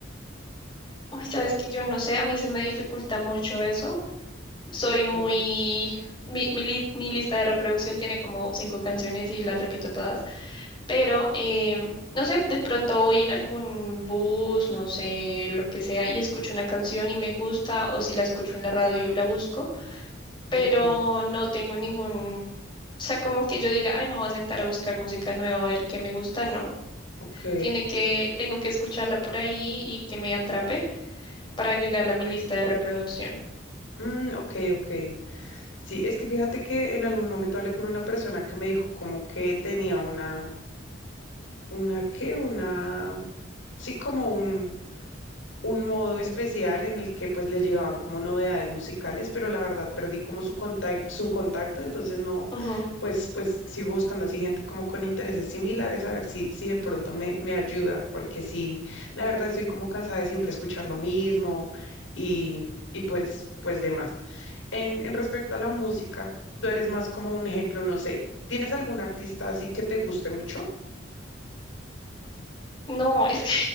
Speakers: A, on the left; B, on the left.
A: Uy, sabes que yo no sé, a mí se me dificulta mucho eso. Soy
B: Ok,
A: muy... Mi, mi, li- mi lista de reproducción tiene como cinco canciones y las repito todas, pero em, no sé, de pronto voy en algún bus, no sé, lo que sea, y escucho una canción y me gusta, o si la escucho en la radio la busco, pero
B: ok,
A: no tengo ningún... O sea, como que yo diga, ay, me voy a sentar a buscar música nueva a ver qué me gusta, no.
B: ok.
A: Tiene que, tengo que escucharla por ahí y que me atrape para agregarla a mi lista de reproducción.
B: Mm, ok, ok. Sí, es que fíjate que en algún momento hablé con una persona que me dijo como que tenía una, una, ¿qué? Una, sí, como un, un modo especial en el que pues le llegaban como novedades musicales, pero la verdad perdí como su contacto, su contacto, entonces no,
A: Ujú.
B: pues, pues sigo buscando así gente como con intereses similares a ver si, si de pronto me, me ayuda, porque sí, la verdad estoy como cansada de siempre escuchar lo mismo y, y pues, pues demás. En, en respecto a la música, tú eres más como un ejemplo, no sé, ¿tienes algún artista así que te guste mucho?
A: No, es que